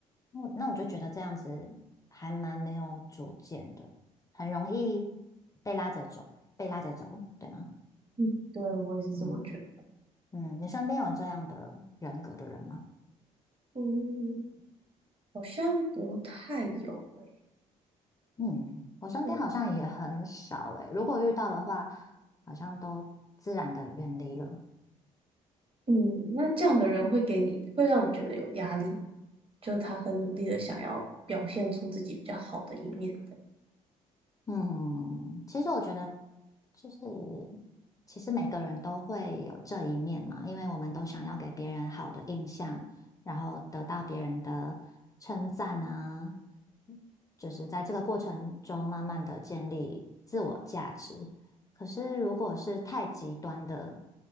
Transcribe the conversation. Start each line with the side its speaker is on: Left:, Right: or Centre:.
Left: 那那我就觉得这样子还蛮没有主见的，很容易被拉着走，被拉着走，对吗？
Right: 嗯，对，我也是这么觉得。
Left: 嗯嗯，你身边有这样的人格的人吗？
Right: 嗯，好像不太有诶、
Left: 嗯，我身边好像也很少诶，
Right: 对，
Left: 如果遇到的话，好像都自然的远离了。
Right: 嗯，那这样的人会给你，会让你觉得有压力，就是他很努力的想要表现出自己比较好的一面。
Left: 嗯，其实我觉得就是，其实每个人都会有这一面嘛，因为我们都想要给别人好的印象，然后得到别人的称赞啊，就是在这个过程中慢慢的建立自我价值。可是如果是太极端的，